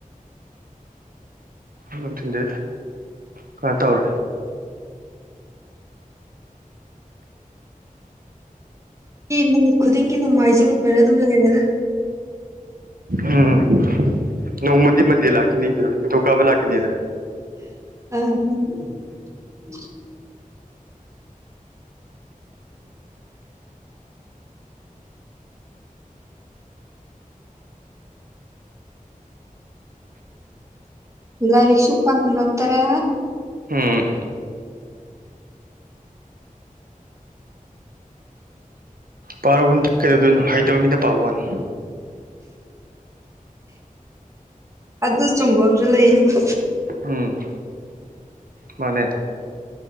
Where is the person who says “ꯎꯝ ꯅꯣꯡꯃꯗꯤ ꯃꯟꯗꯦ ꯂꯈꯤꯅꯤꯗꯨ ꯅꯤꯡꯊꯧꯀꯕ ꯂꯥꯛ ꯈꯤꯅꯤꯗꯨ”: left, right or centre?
Right